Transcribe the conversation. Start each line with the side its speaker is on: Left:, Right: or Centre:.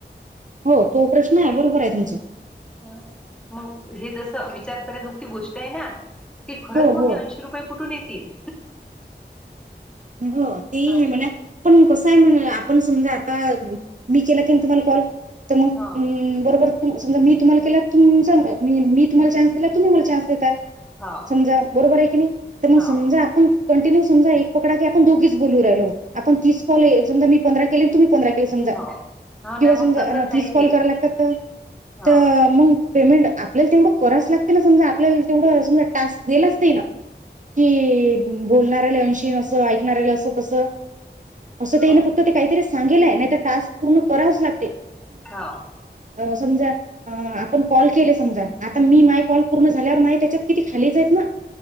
Right: हो तो प्रश्न आहे बरोबर आहे तुमच.
Centre: ह मग हे जस विचार करा जोगती गोष्ट आहे ना ते खरंच
Right: हो
Centre: मग
Right: हो
Centre: ऐशी रुपये कुठून येतील.
Right: हो ते
Centre: हा
Right: म्हणा पण कसं आहे म्हण आपण समजा आता मी केला की तुम्हाला कॉल तर मग
Centre: हा
Right: बरोबर म समज मी तुम्हाला केला तुमी मी तुम्हाला न्स दिला तुम्ही मला न्सताय
Centre: हा
Right: बरोबर क नाही
Centre: हा
Right: समजा आपण कंटिन्यू समजा कडा आप दोघीच बोलू राहिलो आपण तॉ मी पंरा के प सा
Centre: हो हो
Right: किंवा
Centre: ना मग
Right: समजा
Centre: तसच आहे
Right: तीच कॉल
Centre: ते
Right: करायला लागतात
Centre: हा
Right: त मग पेमेंट आपल्याला तेवढं करायच लागते ना समजा आपल्याला तेवढं समजा टास्क दिलाच ते ना कि बोलणाऱ्याले अंशी असं ऐकणाला असं तसं असंन
Centre: हा
Right: फक्त ते काहीतरी सांगलय नाही टास्क पूर्ण करावच लागते
Centre: हा.
Right: समजा आपण कॉल केले समजा आता मी माय कॉल पूर्ण झाल्यावर नाही त्याच्यात किती खालीच आहेत ना